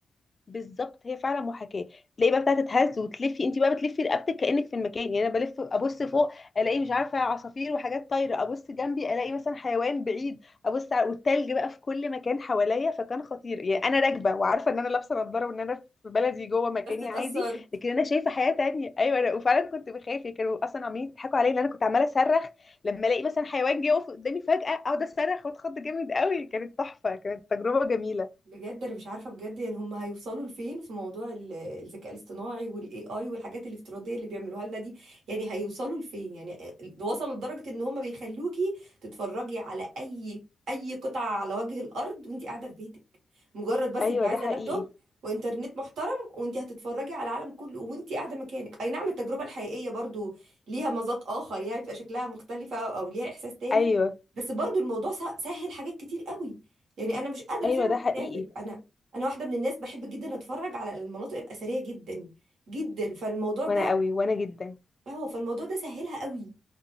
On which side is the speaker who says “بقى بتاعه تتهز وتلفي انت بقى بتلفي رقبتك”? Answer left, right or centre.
Left